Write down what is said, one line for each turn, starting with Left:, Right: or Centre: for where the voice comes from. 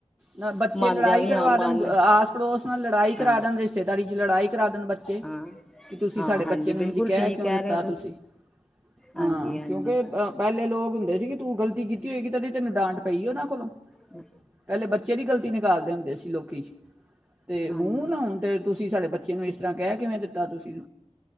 Right: ਨਾ ਬੱਚੇ
Centre: ਮੰਨ
Right: ਲੜਾਈ
Centre: ਜਾ ਵੀ
Right: ਕਰਵਾ
Centre: ਹਾਂ ਮੰਨ
Right: ਦੇਣ ਆਸ ਪੜੋਸ ਨਾਲ ਲੜਾਈ ਕਰਾ
Centre: ਹਾਂ
Right: ਦੇਣ ਰਿਸ਼ਤੇਦਾਰੀ ਲੜਾਈ ਕਰਾ ਦੇਣ ਬੱਚੇ
Centre: ਹਾਂ
Right: ਕਿ ਤੁਸੀਂ
Centre: ਹਾਂ
Right: ਸਾਡੇ
Centre: ਹਾਂਜੀ
Right: ਬੱਚੇ ਨੂੰ
Centre: ਬਿਲਕੁਲ
Right: ਇੰਝ ਕਹਿ
Centre: ਠੀਕ
Right: ਕਿਉਂ ਦਿੱਤਾ
Centre: ਰਹੇ ਹੋ
Right: ਤੁਸੀਂ
Centre: ਹਾਂਜੀ
Right: ਹਾਂ
Centre: ਹਾਂਜੀ
Right: ਕਿਉਂਕਿ ਪਹਿਲੇ ਲੋਕ ਹੁੰਦੇ ਸੀਗੇ ਤੂੰ ਗਲਤੀ ਕੀਤੀ ਹੋਏਗੀ ਤੇ ਉਹਦੀ ਤੈਨੂੰ ਡਾਂਟ ਪਈ ਉਹਨਾਂ ਕੋਲੋਂ
Centre: ਹੂੰ
Right: ਪਹਿਲੇ ਬੱਚੇ ਦੀ ਗਲਤੀ ਨਿਕਾਲਦੇ ਹੁੰਦੇ ਸੀ ਲੋਕ ਅਤੇ
Centre: ਹਾਂਜੀ
Right: ਹੁਣ ਨਾ ਹੁਣ ਤਾਂ ਤੁਸੀਂ ਸਾਡੇ ਬੱਚੇ ਨੂੰ ਇਸ ਤਰ੍ਹਾਂ ਕਹਿ ਕਿਵੇਂ ਦਿੱਤਾ ਤੁਸੀਂ